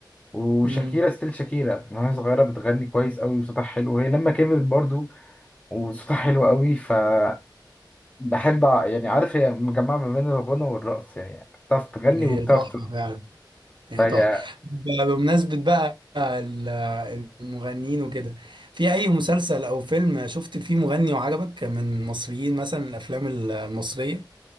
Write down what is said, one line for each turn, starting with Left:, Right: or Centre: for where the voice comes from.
Left: وشاكيرا
Right: امم
Left: ستيل شاكيرا من وهي صغيرة بتغني كويس قوي وصوتها حلو وهي لما كبرت برضو وصوتها حلو قوي فبحب أ- يعني عارف هي مجمعة ما بين الغنى والرقص يعني بتعرف تغني
Right: هي
Left: وبتعرف
Right: تحفه
Left: ترقص
Right: فعلا هي
Left: فهي
Right: تحفه ب- بمناسبه بقى ال- المغنيين وكده في اي مسلسل او فيلم شفت فيه مغني وعجبك من المصريين مثلا الافلام ال- المصريه